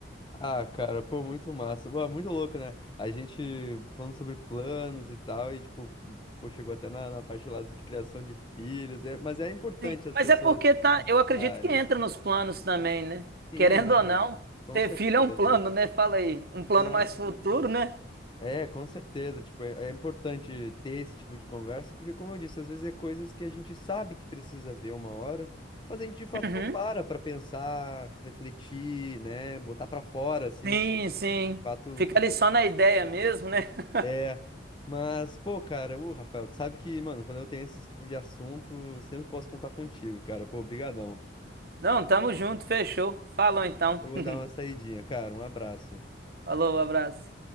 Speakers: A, on the left; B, on the right.
A: Ah, cara, pô, muito massa. Pô, é muito louco, né? A gente falando sobre planos e tal, e tipo, pô, chegou até na, na parte lá de criação de filhos. É, mas é importante
B: Sim,
A: as
B: mas
A: pessoas
B: é porque tá,
A: conversarem.
B: eu acredito que entra nos planos também, né?
A: Sim,
B: Querendo
A: não,
B: ou não,
A: com
B: ter
A: certeza.
B: filho é um plano, né? Fala aí, um plano
A: Não,
B: mais futuro, né?
A: é, com certeza. Tipo, é, é importante ter esse tipo de conversa, porque, como eu disse, às vezes é coisas que a gente sabe que precisa ver uma hora, mas a gente de fato
B: Uhum.
A: não para pra pensar, refletir, né? Botar pra fora, assim,
B: Sim,
A: tipo, de
B: sim.
A: fato.
B: Fica ali só na ideia mesmo, né? <laughs>
A: É, mas, pô, cara, ô, Rafael, tu sabe que, mano, quando eu tenho esse tipo de assunto, sempre posso contar contigo, cara. Pô, brigadão.
B: Não, tamo junto, fechou. Falou então.
A: Eu vou
B: <laughs>
A: dar uma saidinha, cara. Um abraço.
B: Falou, um abraço.